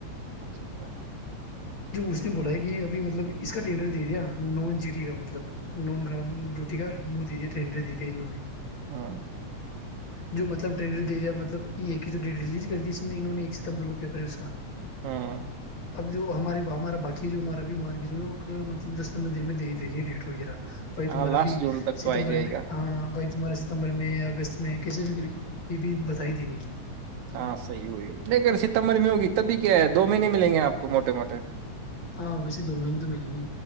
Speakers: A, on the right; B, on the left.
A: اچھا اچھا
B: جو اس نے بولایا کہ ابھی مطلب اس کا ٹینڈر دے دیا نان جیٹی کا مطلب ن گراؤنڈ کا دیا ٹڈر دے دیاہوں نے
A: ہاں
B: جو مطلب ٹنڈر دے دیا مطلب یہ ہی ڈیٹ ریلیز کر دی اس نے انہوں نے ایک ستمبر کو پیپر ہے اس کا
A: ہاں
B: اب جو ہمارے ہمارا بای جو ہمارا بھی م ج لوگ مطلب دس پندرہ دن میں د ہی دیں گے ریٹ وغیرہ بھائی
A: ہاں
B: تمہارا
A: لاسٹ
B: بھی
A: جون تک تو
B: ستمبر
A: آ ہی جائے
B: میں
A: گا
B: ہ بائی تمہارے ستمبر میں یا اگست میں کسی بھی طریقے یہ بھی بتا ہی دیں گے
A: ہاں صحی وہی ہے لےگر ستمبر میں ہوگی تبھی کیا ہے دو مہینے ملیں گے آپ کو موٹے موٹے
B: ہاں ویسے دو مین تو ملیں گی